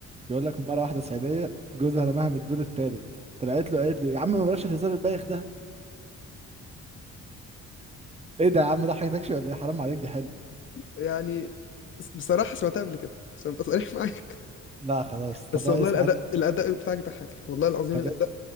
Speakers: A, on the right; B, on the left.
A: بيقول لك مرة واحدة صعيدية جوزها رماها من الدور التالت طلعت له قالت له يا عم ما بلاش الهزار البايخ ده ايه ده يا عم ده حياتكش ولا ايه حرام عليك دي حلو
B: <laughs> يعني بصراحه سمعتها قبل كده عشان ابقى صريح <laughs> معاك
A: لا خلاص طب
B: بس
A: بقى
B: والله
A: اسمع
B: الاداء
A: دي
B: الاداء بتاعك ضحكني والله العظيم
A: طب
B: الاداء